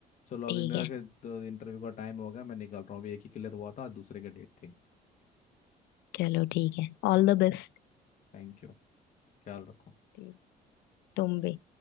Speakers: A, on the left; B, on the left.
A: चलो
B: ठीक
A: अभी मेरा
B: है
A: फिर तो इंटरव्यू का टाइम हो गया मैं निकल रहा हूँ अभी एक ही क्लियर हुआ था दूसरे का डेट थी
B: चलो ठीक है ऑल द बेस्ट
A: Thank you ख्याल रखो
B: ठीक तुम भी